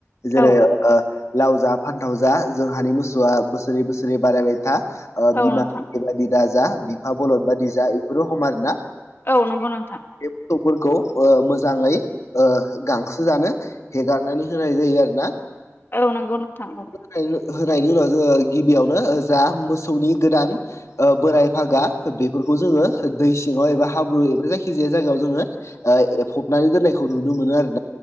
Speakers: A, on the left; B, on the left.
A: जेरै
B: औ
A: ओ लाव जा फान्थाव जा जोंहानि मोसौआ बोसोरै बोसोरै बारायबाय था ओ
B: औ
A: बिमा
B: नोंथां
A: बादि दा जा बिफा बलद बादि जा बेफोरो हम आरोना
B: औ नंगौ नोंथां
A: गथ'फोरखौ ओ मोजाङै ओ गांसो जानो हेगारनानै होनाय जायो आरो ना
B: औ नंगौ नोंथां।
A: होनायनि उनाव जोङो गिबियावनो जा मोसौनि गोदान बोराय फागा बेफोरखौ जोङो दै सिङाव एबा हाब्रु एबा जायखि जाया जायगायाव जोङो ओ एफबनानै दोननायखौ नुनो मोनो आरो ।